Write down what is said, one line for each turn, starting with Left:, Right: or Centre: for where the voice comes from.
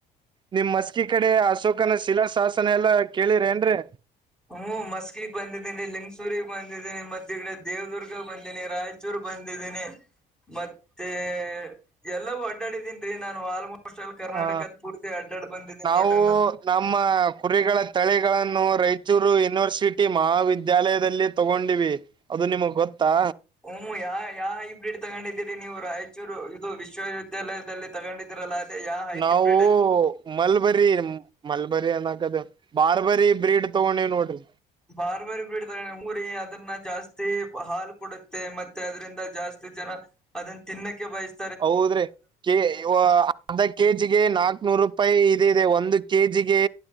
Right: ನಿಮ್ ಮಸ್ಕಿ ಕಡೆ ಅಶೋಕನ ಶಿಲಾಶಾಸನ ಎಲ್ಲಾ ಕೇಳಿರ ಏನ್ರರಿ
Centre: ಹುಂ ಮಸ್ಕಿ ಬಂದಿದ್ದೀನಿ ಲಿಂಗಸೂರಿ ಬಂದಿದ್ದೀನಿ ಮತ್ತ ಇಡೆ ದೇವದುರ್ಗ ಬಂದೇನಿ ರಾಯ ಚೂರು ಬಂದಿದ್ದೀನಿ ಮತ್ತೆ ಎಲ್ಲಾ ಒಡ್ಡಾಡಿದ್ದೀನಿ. ನಾನು ಆಲ್ಮೋಸ್ಟ್ ಅಲ್ಲಿ ಕರ್ನಾಟಕದ
Right: ಹ
Centre: ಪೂರ್ತಿ ಅಡ್ಡಾಡ್ ಬಂದಿದ್ದೀರಿ
Right: ನಾವು
Centre: ನೋಡ್ರಿ ನಾನು
Right: ನಮ್ಮ ಕುರಿಗಳ ತಳಿಗಳನ್ನು ರಾಯಚೂರು ಯೂನಿವರ್ಸಿಟಿ ಮಹಾವಿದ್ಯಾಲಯದಲ್ಲಿ ತಗೊಂಡಿವಿ ಅದು ನಿಮಗ್ ಗೊತ್ತಾ
Centre: ಹುಂ ಯಾ ಯಾವ ಹೈಬ್ರಿಡ್ ತಗೊಂಡಿದ್ದೀರಿ ನೀವು ರಾಯಚೂರು ಇದು ವಿಶ್ವವಿದ್ಯಾಲಯದಲ್ಲಿ ತಗೊಂಡಿದರಲ್ಲಾ ಅದೇ ಯಾವ ಹೈಬ್ರಿಡ್
Right: ನಾವು ಮಲ್ಬರಿ ಮಲ್ಬರಿ ಅನ್ಕಾದ ಬಾರ್ಬರಿ ಬ್ರೀಡ್ ತಗೊಂಡವ ನೋಡ್ರಿ
Centre: ಬಾರ್ಬಾರಿ ಬಡ್ತಾರೆ ಊರಿ ಅದನ್ನ ಜಾಸ್ತಿ ಹಾಲು ಕೊಡುತ್ತೆ ಮತ್ತೆ ಅದ್ರಿಂದ ಜಾಸ್ತಿ ಜನಾ ಅದನ್ನ ತಿನ್ನಕ್ಕೆ ಬಯಸ್ಸ
Right: ಹೌದ್ರಿ ಕೆ ಅರ್ಧ ಕೆ ಜಿಗೆ ನಾಕ್ನೂರು ರೂಪಾಯಿ ಇದ ಇದೆ ಒಂದು ಕೆ ಜಿಗೆ